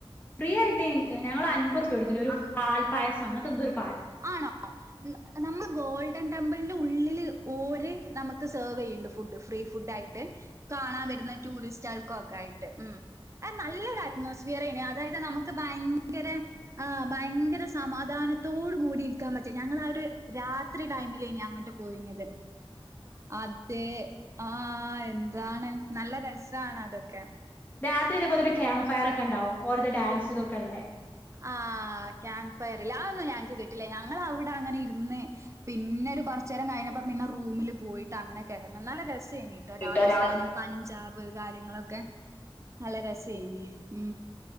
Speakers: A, on the left; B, on the right.
A: ഫ്രീ ആയിട്ട് ഞങ്ങൾ അൻപർപ്യ കൊടുത്തു ഒരു ആ യസ അങ്ങനെത്തെന്തോര്
B: ആണോ നമ്മൾ ഗോൾഡൻ ടെമ്പിളിന്റെ ഉള്ളില് ഓര് നമ്മക്ക് സർവ് ചെയ്യുന്നുണ്ട് ഫുഡ് ഫ്രീ ഫുഡയിട്ട് ആയിട്ട് കാണാൻ വരുന്ന ടൂറിസ്റ്റ് ആൾക്കുക്കെ ആയിട്ട് ഉ അ നല്ലരു അറ്റ്മോസ്ഫിയർ അതായത് നമുക്ക് ഭയങ്കര ആ ഭയങ്കര സമാധാനത്തോട് കൂടിയിരിക്കാൻ പറ്റ ഞങ്ങള ആ ഒരു രാത്രി ടൈമിലേനി അങ്ങോട്ട് പോയിഞ്ഞത് അതെ ആഹ എന്താണ് നല്ല രസമാണ് അതൊക്കെ
A: രാത്രി ഇതേപോലെ ഒരു ഫയർൊക്കെ ഉണ്ടാവും ഓരുടെ ഡാൻസ് ഇതൊക്കെല്ലേ
B: ആഹ് ക്യാമ്പ് ഫയർല്ല ആ ഒന്നും ഞങ്ങക്ക് കിട്ടില്ല ഞ ഞവിടെ അങ്ങനെ ഇരുന്ന് പിന്നെ ഒരു കുറച്ച നേരം കഴിഞ്ഞപ്പോ പിന്നെ റൂമിൽ പോയിട്ട് അങ്ങനെ കിടന്ന് നല്ല ര ര ചെയട്ടോ
A: കേട്ടോ
B: രാജസ്ഥാന്
A: രാ
B: പഞ്ചാബ് കാര്യങ്ങളൊക്കെ നല്ല രസ ചെയ ഉ